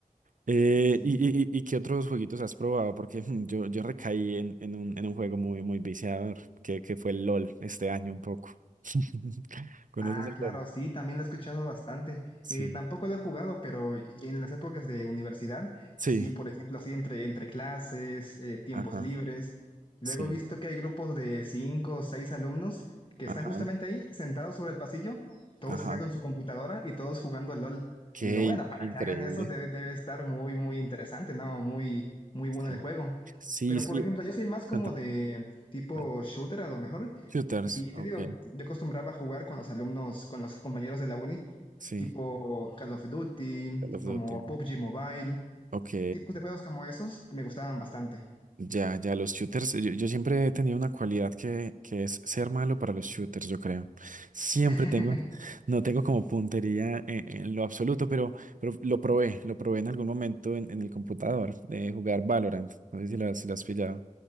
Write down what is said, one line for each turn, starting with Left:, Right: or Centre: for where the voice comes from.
Right: Eh,
Left: Sí.
Right: y, y, y- y qué otros jueguitos has probado? Porque <laughs> yo, yo recaí en, en un, en un juego muy, muy viciador, que, que fue el LOL este año un poco. <laughs> ¿Conoces
Left: Ah,
Right: el
Left: claro,
Right: LOL?
Left: sí, también lo he escuchado bastante.
Right: Sí.
Left: Eh, tampoco lo he jugado, pero y en las épocas de universidad,
Right: Sí,
Left: sí, por ejemplo, así entre, entre clases, eh, tiempos
Right: ajá,
Left: libres. Luego
Right: sí,
Left: he visto que hay grupos de cinco o seis alumnos que
Right: ajá,
Left: están justamente ahí, sentados sobre el pasillo, todos
Right: ajá.
Left: acá con su computadora y todos jugando LOL.
Right: Qué
Left: Y digo, bueno, para
Right: increíble.
Left: que hagan eso debe, debe estar muy, muy interesante, ¿no? Muy, muy
Right: Sí,
Left: bueno el juego.
Right: sí,
Left: Pero,
Right: sí.
Left: por ejemplo, yo soy más como
Right: Cuéntame.
Left: de tipo
Right: bueno,
Left: shooter, a lo mejor.
Right: Shooters,
Left: Y te
Right: ok,
Left: digo, yo acostumbraba a jugar con los alumnos, con los compañeros de la uni,
Right: sí.
Left: tipo Call of Duty,
Right: Call of
Left: como
Right: Duty.
Left: PUBG Mobile,
Right: Ok.
Left: tipos de juegos como esos me gustaban bastante.
Right: Ya, ya, los shooters, yo, yo siempre he tenido una cualidad que, que es ser malo para los shooters, yo creo. Siempre
Left: <laughs>
Right: tengo, no tengo como puntería en, en lo absoluto, pero, pero lo probé, lo probé en algún momento en, en el computador de jugar Valorant. No sé si lo, si lo has pillado.